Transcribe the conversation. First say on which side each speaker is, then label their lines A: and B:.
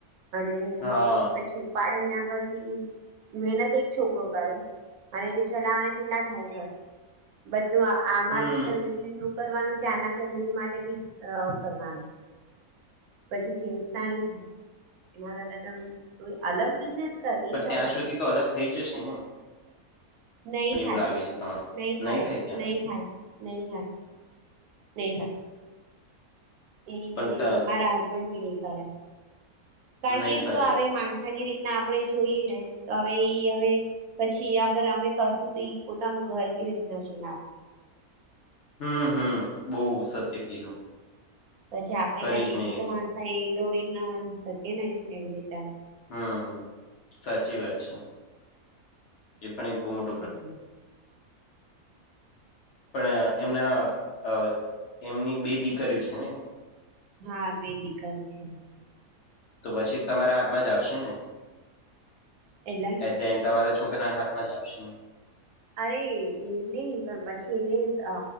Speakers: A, on the right; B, on the left.
A: અને
B: હા
A: પછી ઉપાડે ને આગળથી મહેનત એક છોકરો કરે. અને એને ચલાવવાના કેટલા થાય ઘર? બધું આ અમારું
B: હમ
A: ફેમિલી નું કરવાનું ત્યાં ના ફેમિલી માટે બી કરવાનું. પછી ખેચતાની થાય અમારા ત્યાં તો અલગ બિઝનેસ કર
B: પણ
A: એ ચાલશે
B: ત્યાં સુધી તો અલગ થઈ જશે ને.
A: નય
B: મને
A: થાય
B: એવું લાગે છે તમારે
A: નય થાય
B: નહીં ત્યાં
A: નય
B: સુધી
A: થાય નય થાય. નય થાય. એ
B: પણ ત
A: મારા હસબન્ડ બી નય કરે કારણ
B: નહીં
A: કે
B: કરે
A: જો અવે માણસાય ની રીત ને આપણે જોઈએ ને તો હવે ઈ હવે પછી એ અગર અમે કરશું તો ઈ પોતાનું ઘર કેવી રીતના ચલાવશે?
B: હમમ હમમ બઉ સત્ય કીધું.
A: પછી આપડે
B: કરી
A: કાઈ
B: જ
A: એવી
B: નહીં
A: તો
B: શકે.
A: માણસાય એ તોડી ના શકીએ ને એવી રીતે.
B: હમમ સાચી વાત છે એ પણ એક બો મોટ
A: થય ગયું.
B: પણ એમના અ એમની બે દીકરીઓ છે ને
A: હા બે દીકરી છે.
B: તો પછી તમારા હાથમાં જ આવશે ને.
A: એટલે
B: એટ ધ એન્ડ તમારા છોકરાના હાથમાં જ આવશે ને.
A: અરે એમ ની પણ પછી એને અ